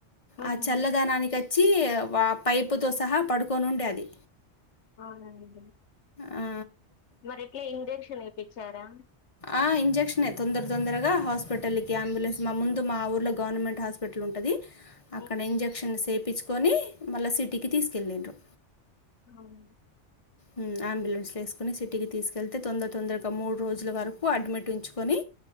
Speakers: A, on the left; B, on the left.
A: హ్మ్
B: ఆ చల్లదనానికి వచ్చి పైపుతో సహా పడుకొని ఉండే అది
A: అవునా అండి
B: ఆ
A: మరెట్లా ఇంజెక్షన్ వేపించారా
B: ఆ ఇంజెక్షన్ ఏ తొందర తొందరగా హాస్పిటల్కి అంబులెన్స్ మా ముందు మా ఊర్లో గవర్నమెంట్ హాస్పిటల్ పట్లుంటది
A: హ్మ్.
B: అక్కడ ఇంజక్షన్ సేపించ్కొని మళ్ళా సిటీకి తీస్కెళ్ళింరు
A: నార్మల్గ
B: ఉ అంబులెన్స్ల ఏస్కొని సిటీకి తీస్కెళ్తే తొందర తొందరగా మూడు రోజుల వరు కు అడ్మిట్ ఉంచుకొని